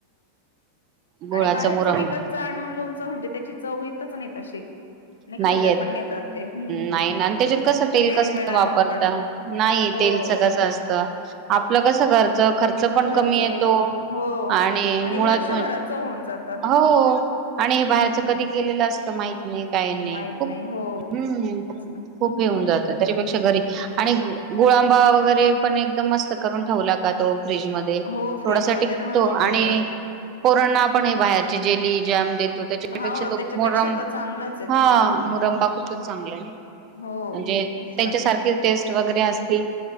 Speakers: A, on the right; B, on the left.
A: गुळाचा
B: बाहेर
A: मुरम
B: व म्हणजे त्याची चव येतच नाही तशी आणि खाल्ला
A: नाहीेत्
B: पण नाही जात ते हम्म.
A: नाही आणि त्याच्यात कस तेल
B: रेडीमेड
A: कस
B: आणून
A: वापरत
B: पण
A: नाही.
B: हो
A: क असत आपलं कस घच खर्च पण
B: घरचं
A: कमी येतो
B: वे हो
A: आणि मुळात
B: वर्षभराच
A: म्हण
B: होऊन जात
A: हो. आणि
B: हम्म
A: हे बाहेरचं कधी केेलेलं असतं माहत नाही. काही नाही
B: माहित
A: खप
B: हो तेच ना
A: खूप
B: हम्म
A: हे होऊन जात त्याच्यापेक्षा घरी आणि ग ांबा वगैरे पण एकदम मस्त करून ठेवला का तो फ्रीज मध्ये
B: हो फ्रीज
A: थोडासा
B: मध्ये
A: टिकतो
B: राहतो
A: आणि
B: तो पण
A: पोरांना आपण हे बाहेरची जेली जॅम देतो त्याच्यापेक्षा
B: हो
A: तो
B: त्याच्यापेक्षा
A: मोरम
B: तर चांगलंच आहे
A: हा
B: ते हम्म
A: मुरंबा खूपच चांगला आहे ना का
B: हो
A: म्हणजे
B: तेच
A: त्यांच्यासारखी
B: ना
A: टेस्ट वगैरे असतील